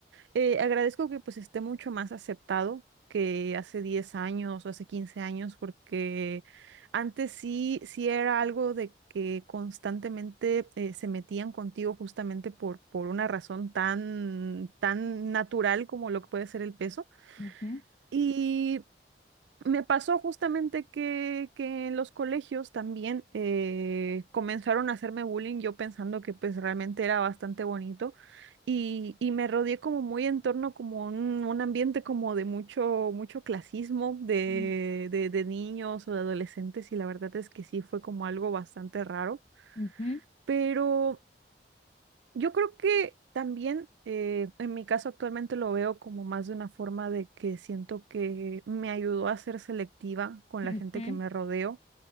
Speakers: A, on the right; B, on the left.
A: eh, agradezco que pues esté mucho más aceptado que hace 10 años o hace 15 años porque antes sí, sí era algo de que constantemente eh, se metían contigo justamente por, por una razón tan, tan natural como lo que puede ser el peso.
B: ujú,
A: Y me pasó justamente que, que en los colegios también eh, comenzaron a hacerme bullying, yo pensando que pues realmente era bastante bonito y, y me rodeé como muy en torno como un, un ambiente como de mucho, mucho clasismo de,
B: ujú,
A: de, de niños o de adolescentes y la verdad es que sí fue como algo bastante raro,
B: ujú.
A: pero... Yo creo que también eh, en mi caso actualmente lo veo como más de una forma de que siento que me ayudó a ser selectiva con
B: Ujú,
A: la gente que me rodeo,